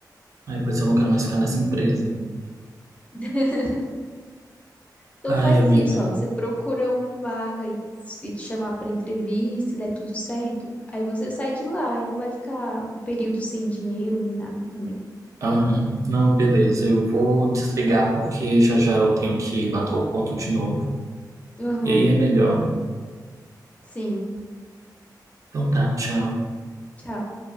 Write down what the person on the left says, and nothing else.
<laughs> Então
faz
isso, ó. Você procura uma vaga e se te chamar pra entrevista, se der tudo certo, aí você sai de lá e não vai ficar um período sem dinheiro nem nada também.
Aham,
sim.
Tchau.